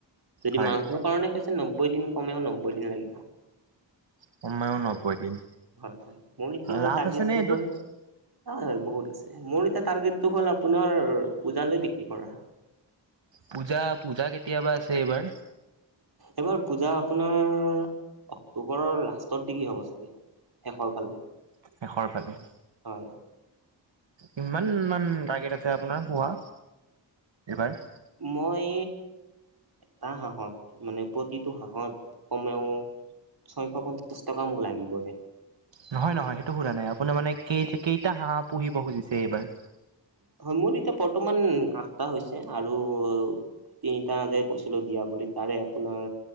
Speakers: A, on the right (about 55°); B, on the right (about 75°).
A: যদি
B: হয়
A: মাংস কাৰণে পিছে নব্বৈ দিন কমেও নব্বৈ দিন লাগিব।
B: কমেও নব্বৈ দিন
A: হয় হয় মোৰ এতিয়া
B: লাভ
A: তাৰগেতটো
B: আছে নে এইটোত
A: হ'ল, হয় হয় বহুত আছে মোৰ এতিয়া টাৰ্গেটটো হল আপোনাৰ পূজালৈ বিক্ৰী কৰা।
B: পূজা পূজা কেতিয়াবা আছে এইবাৰ।
A: এইবাৰ পূজা আপোনাৰ অক্টোবৰৰ লাষ্টত দিগি হ'ব চাগে। শেষৰ ফালে।
B: শেষৰ ফালে।
A: হয়।
B: কিমান মান টাৰ্গেট আছে আপোনাৰ পোহা এইবাৰ।
A: মই, এটা হাঁহত মানে প্ৰতিটো হাঁহত কমেও, ছয়শ পঞ্চাশ টকা মোক লাগিব এ,
B: নহয় নহয় সেইটো সোধা নাই আপুনাৰ মানে ক কেইটা হাঁহ পুহিব খুজিছে এইবাৰ।
A: হয় মোৰ এতিয়া বৰ্তমান আঠটা হৈছে আৰু তিনিটা যে কৈছিলো দিয়া বুলি তাৰে আপোনাৰ।